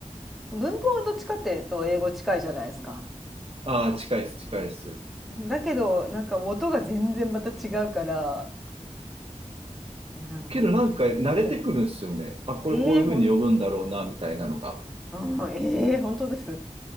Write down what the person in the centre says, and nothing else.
文法はどっちかっていうと英語近いじゃないですか。
だけど、なんか音が全然また違うから、えなんかも
う、もう
ええほん、
うん、ええ本当です